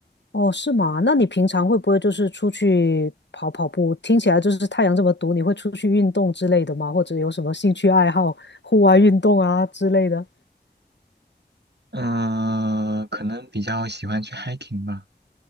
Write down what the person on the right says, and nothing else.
呃，可能比较喜欢去 hiking 吧。